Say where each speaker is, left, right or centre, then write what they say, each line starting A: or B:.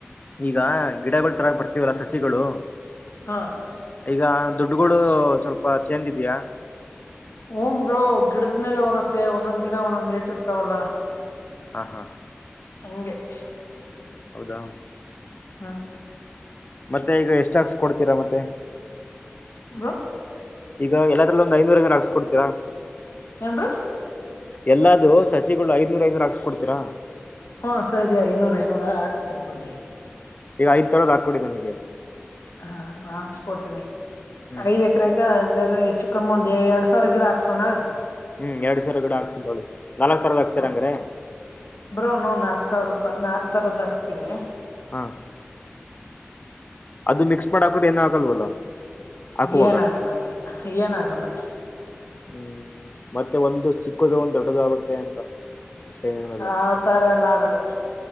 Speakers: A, on the left (about 35°); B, on the left (about 80°).
A: ಈಗ ಗಿಡಗಳು ತರಾಕ ಬರ್ತೀವಲ್ಲಾ ಸಸಿಗಳು. <unintelligible>
B: ಹಾ. <unintelligible>
A: ಈಗ ದುಡ್ಡುಗಳು ಸ್ವಲ್ಪ ಚೇಂಜ್ ಇದೆಯಾ? <unintelligible>
B: ಹುನ್ ಬ್ರೋ ಗಿಡದ ಮೇಲೆ ಹೋಗತ್ತೆ ಒಂದೊಂದ್ ಗಿಡ ಒಂದೊಂದ್ ರೇಟ್ ಇರ್ತಾವಲ್ಲ? <unintelligible>
A: ಆ ಹಾ. <unintelligible>
B: ಹಂಗೆ? <unintelligible>
A: ಹೌದಾ? <unintelligible>
B: ಹಾ. <unintelligible>
A: ಮತ್ತೆ ಈಗ ಎಷ್ಟ ಹಾಕಸ ಕೊಡ್ತೀರಾ ಮತ್ತೆ? <unintelligible>
B: ಮಾ. <unintelligible>
A: ಈಗ ಎಲ್ಲಾದರ ಅಲ್ಲೂ ಒಂದ ಐದನೂರಗರ್ ಹಾಕಸಕೊಡ್ತೀರಾ? <unintelligible>
B: ಹೆಂಗ್? <unintelligible>
A: ಎಲ್ಲಾದೂ ಸಸಿಗಳು ಐದನೂರ ಐದನೂರು ಹಾಕಸ್ಕ ಕೊಡ್ತೀರಾ? <unintelligible>
B: ಹಾ ಸರಿ ಐದನೂರ ಐದನೂರ ಹಾಕ್ಸ್ತೀನಿ ಬನ್ನಿ. <unintelligible>
A: ಈಗ ಐದ ತರದ ಹಾಕ ಕೊಡಿ ನಮಗೆ. <unintelligible>
B: ಹಾ ಹಾಕಸಕೋಡ್ತೀನಿ
A: ಹ್ಮ್
B: ಐದರ <unintelligible> ದ ಹಂಗಾದ್ರೆ ಹೆಚ್ಚು ಕಮ್ಮಿ ಒಂದ ಎರಡ್ ಸಾವಿರ ಗಿಡ ಹಾಕ್ಸೋನಾ? <unintelligible>
A: ಹೂ ಎರಡ್ ಸಾವಿರ ಗಿಡ ಹಾಕಸ್ತನಿ ತೊಗೊಳಿ ನಾಲ್ಕ ತರ ಹಾಕ್ಸರಂಗೆ.
B: ಹ
A: <unintelligible>
B: ಬ್ರೋ ನೋ ನಾಕ್ ಸಾವಿರದ ನಾಕ್ ತರದ ಹಾಕ್ಸ್ತೀನಿ. <unintelligible>
A: ಹಾ. <unintelligible> ಅದು ಮಿಕ್ಸ್ ಮಾಡ ಹಾಕೋದ ಏನು ಆಗಲ್ವಲ್ಲ. <unintelligible> ಹಾಕುವಾಗ
B: ಏನಾಗಲ್ಲ ಆಗಲ್ಲ ಏನ ಆಗಲ್ಲ. <unintelligible>
A: ಹೂ ಮತ್ತೆ ಒಂದು ಚಿಕ್ಕದು ಒಂದ ದೊಡ್ಡದು ಆಗುತ್ತೆ ಅಂತ. <unintelligible> ಅಷ್ಟೇ ಏನ್ ಇರಲ್ಲ
B: ಆತರ ಎಲ್ಲ ಆಗಲ್ಲ